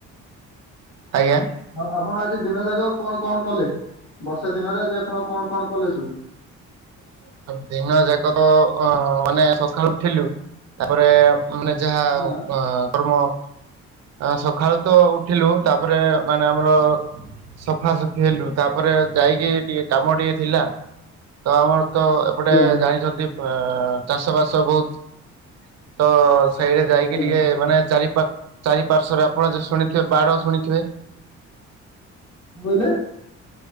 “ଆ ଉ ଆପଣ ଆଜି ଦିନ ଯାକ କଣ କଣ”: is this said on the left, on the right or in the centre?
Left